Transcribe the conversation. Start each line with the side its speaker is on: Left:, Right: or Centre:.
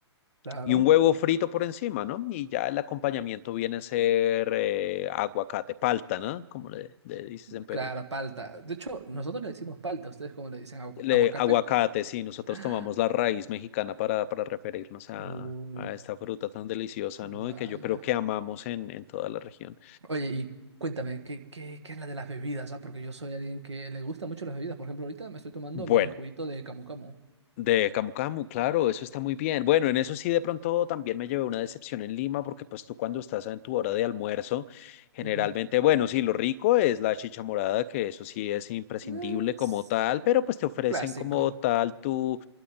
Right: Claro.
Left: y un huevo frito por encima, ¿no? Y ya el acompañamiento viene a ser eh, aguacate, palta, ¿no? Como le, le dices en Perú.
Right: Claro, palta. De hecho, nosotros le decimos palta. ¿Ustedes cómo le dicen? ¿Agu-
Left: Le-
Right: ¿Aguacate?
Left: aguacate, sí, nosotros
Right: <gasps>
Left: tomamos la raíz mexicana para, para referirnos a,
Right: Uy,
Left: a esta fruta tan deliciosa, ¿no?
Right: vaya.
Left: Y que yo creo que amamos en, en toda la región.
Right: Oye, y cuéntame, ¿qué, qué, qué es la de las bebidas? ah? Porque yo soy alguien que le gusta mucho las bebidas. Por ejemplo, ahorita me estoy tomando
Left: Bueno,
Right: mi juguito de camu camu.
Left: de Camu Camu, claro, eso está
Right: Sí.
Left: muy bien. Bueno, en eso sí, de pronto también me llevé una decepción en Lima, porque pues tú cuando estás en tu hora de almuerzo, generalmente,
Right: Ujú.
Left: bueno, sí, lo rico es la chicha morada, que eso sí es imprescindible
Right: Eh, Es
Left: como tal, pero pues te ofrecen
Right: clásico.
Left: como tal tu